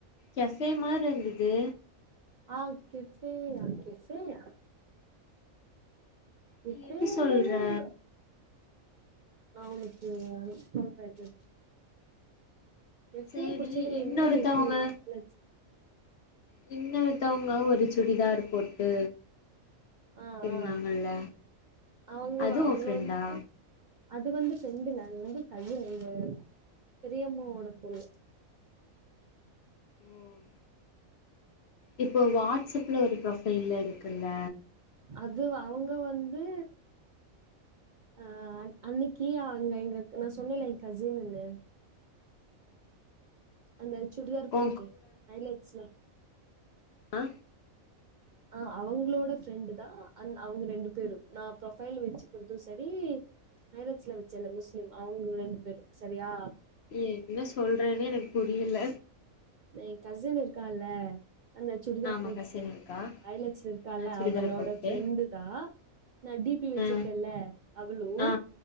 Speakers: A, on the left; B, on the right.
A: கஃபே மாரி இருந்தது
B: ஆங் கெஃப்பேயா‌
A: நீ
B: இப்ப
A: எது சொல்ற
B: இல்லனா என்ன நா உனுக்கு அது சொல்றது எஃப்ஐ
A: சேரி
B: படிச்சதுன்னுமே
A: இன்னொருத்தவங்க
B: இன்னுமே வக்கல தானே
A: பின்ன வித்தவங்க ஒரு சுடிதாரு போட்டு
B: அ
A: இருந்தாங்கல்ல
B: ஆ அவங்க
A: அது
B: அவங்க
A: உ ஃப்ரெண்டா
B: வந்து அது வந்து ஃப்ரெண்டு இல்ல அது வந்து கையில இது பெரியம்மாவோட பொண்ணு
A: ஓஹ் இப்போ வாட்ஸ்அப்பில ஒரு ப்ரொஃபைல்ல இருக்குல்ல
B: அதுவ்வா அவங்க வந்து ஆ அன் அன்னிக்கு ஆங் எங் நா சொன்னல்ல ஏ கசின்னுன்னு அந்த சுடிதார் போட்டு
A: ஓ
B: ஹைலைட்ஸ்லா
A: ஆ
B: ஆ அவங்களோட ஃப்ரெண்டு தா அந் அவங்க ரெண்டு பேரூ நா ப்ரொபைல் வச்சுக்கிற்தூ சரி பேலட்ஸ்ல வச்சேல்ல முஸ்லிம் அவங்க ரெண்டு பேரு சரியா
A: என்ன சொல்றேன்னே எனக்கு புரியல
B: எ கசின் இருக்கான்ல அந்த சுடிதார்
A: ஆமா
B: போட்டுட்டு
A: கசின் இருக்கா
B: வரலட்சுமி இருக்கால
A: ஆ சுடிதார
B: அவளோட
A: போட்டு
B: ஃப்ரெண்டு தா நா டிபி வச்சிருக்கேல
A: ஆ
B: அவ்ளூ
A: ஆ